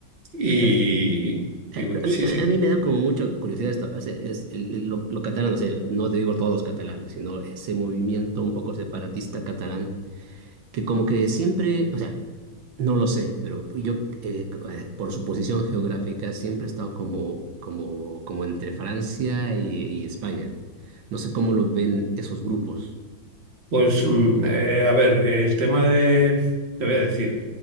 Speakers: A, on the right; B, on the right.
A: Y,
B: eh, Eh,
A: y
B: pero
A: sí,
B: a mí,
A: sí.
B: a mí me da como mucha curiosidad esta, es, es el- el- lo, lo catalán, o sea, no te digo todos los catalanes, sino ese movimiento un poco separatista catalán, que como que siempre, o sea, no lo sé, pero yo, eh, co- eh, por su posición geográfica, siempre he estado como, como, como entre Francia y, y España. No sé cómo lo ven esos grupos.
A: Pues, mm, eh, a ver, el tema de, te voy a decir,